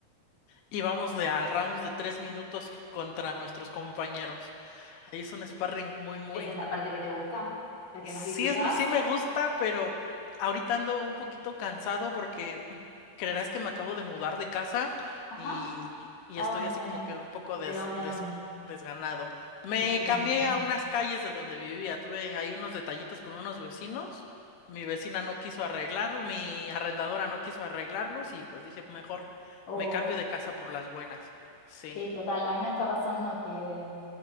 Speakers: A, on the left; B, on the left.
A: y vamos de a rounds de tres minutos contra nuestros compañeros. Ahí es un sparring muy, muy,
B: ¿Esa es la parte que te gusta? ¿La que
A: Sí
B: más disfrutás?
A: es, sí me gusta, pero ahorita ando un poquito cansado porque creerás que me acabo de mudar de casa
B: Ajá.
A: y, y
B: ¿A
A: estoy
B: dónde?
A: así como que un poco
B: ¿De
A: des-
B: dónde
A: des-
B: a dónde?
A: desganado. Me
B: Eh, Sí,
A: cambié
B: me imagino.
A: a unas calles de donde vivía. Tuve ahí unos detallitos con unos vecinos. Mi vecina no quiso arreglarlos, mi arrendadora no quiso arreglarlos y pues dije, mejor
B: Oh,
A: me cambio de casa por las buenas. Sí,
B: sí, total. A mí me está pasando que